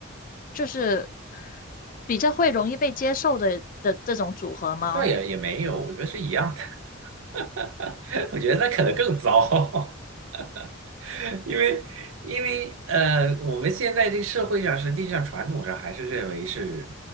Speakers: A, on the left (about 40°); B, on the right (about 75°).
A: 就是比较会容易被接受的的这种组合吗？
B: 倒也也没有，我觉得是一样的。<laughs> 我觉得那可能更糟，<laughs> 因为因为呃，我们现在这个社会上，实际上传统上还是认为是